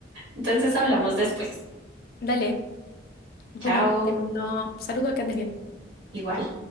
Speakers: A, on the right (about 70°); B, on the left (about 50°).
A: Entonces hablamos después.
B: Dale. Bueno,
A: Chao,
B: te mando un saludo, que andes bien.
A: igual.